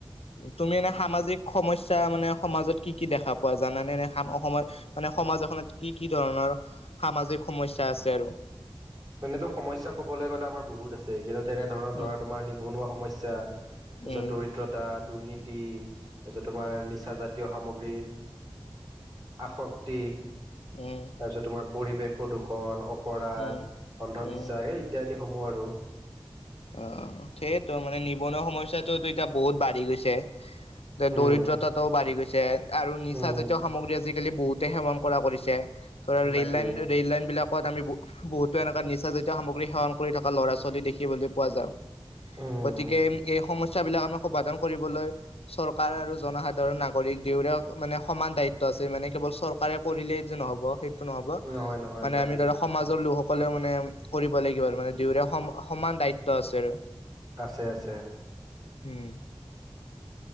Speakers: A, on the left; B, on the right.
A: তুমি এনে সামাজিক সমস্যা মানে সমাজত কি কি দেখা পোৱা জানানে নে। অসমৰ মানে সমাজ এখনত কি কি ধৰণৰ সামাজিক সমস্যা আছে আৰু।
B: এনেতো সমস্যা ক'বলৈ গ'লে আমাৰ বহুত আছে। কিন্তু তেনেধৰণৰ
A: উম
B: ধৰা তোমাৰ নিবনুৱা সমস্যা তাৰপিছত
A: উম
B: দৰিদ্ৰতা দুৰ্নীতি তাৰপিছত তোমাৰ নিচ জাতীয় সামগ্ৰীৰ আসক্তি।
A: উম
B: তাৰপিছত তোমাৰ পৰিৱেশ প্ৰদূষন অপৰাধ
A: উম
B: অন্ধবিশ্বাস
A: উম
B: এই ইত্যাদি? সমূহ আৰু।
A: অ সেইটোো মানে নিবনুৱা সমস্যটো এতিয়া বহুত বাঢ়ি গৈছে।
B: উম,
A: দৰিদ্ৰতাটোও বাঢ়ি গৈছে আৰু নিচাজাতীয়
B: উম,
A: সামগ্ৰী আজিকালি বহুতে সেৱন কৰা কৰিছে? ত ৰেল
B: তাকে
A: লাইন ৰেল লাইন বিলাকত আমি। বহুতো এনেককা নিচ জাতীয় সামগ্ৰী সেৱন কৰি থকা ল'ৰা ছোৱালী দেখিবলৈ পোৱা যায়।
B: উম।
A: গতিকে। এই সমস্যাাবলাক আমি সমাধান কৰিবলৈ চৰকাৰ আৰু জনসাধাৰণ নাগৰিক দুয়োৰে মানে সম। দায়িত্ব আছে মানে কেৱল চৰকাৰে কৰিলে যে নহ'ব সেই। নহব
B: নহয় নহয়
A: মানে
B: তাকেই
A: আমি ধৰক সমাজৰ লোকস সকলে মানে কৰিব লাগিব আৰু মানে দুউ সমান দায়িত্ব আছে আৰু
B: আছে আছে।
A: উম।